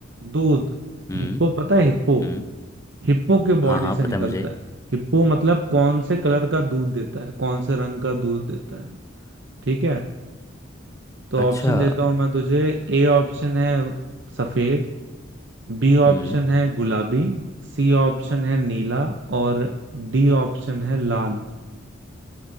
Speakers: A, on the right; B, on the left.
A: दूध
B: हम्म
A: हिप्पो पता है हिप्पो
B: हम्म
A: हिप्पो के
B: हाँ
A: बॉडी
B: हाँ
A: से
B: पता
A: निकलता
B: है मुझे
A: है हिप्पो मतलब कौन से कलर का दूध देता है कौन से रंग का दूध देता है ठीक है तो
B: अच्छा
A: ऑप्शन देता हूं मैं तुझे ए ऑप्शन है सफेद बी
B: हम्म
A: ऑप्शन है गुलाबी सी ऑप्शन है नीला और डी ऑप्शन है लाल